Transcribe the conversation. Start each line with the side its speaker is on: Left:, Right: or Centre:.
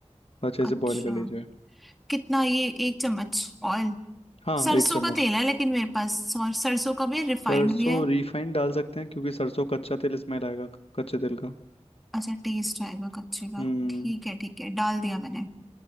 Left: अच्छे से
Centre: अच्छा
Left: बॉईल कर लीजिए
Centre: कितना ये एक चम्मच ऑयल
Left: हाँ
Centre: सरसों
Left: एक चम्मच
Centre: का तेल है लेकिन मेरे पास और सरसों का भी है रिफाइंड
Left: सरसों
Centre: भी है
Left: रिफाइंड डाल सकते हैं क्योंकि सरसों कच्चा तेल इसमें रहेगा कच्चे तेल का
Centre: अच्छा टेस्ट आएगा कच्चे का
Left: हम्म
Centre: ठीक है ठीक है डाल दिया मैंने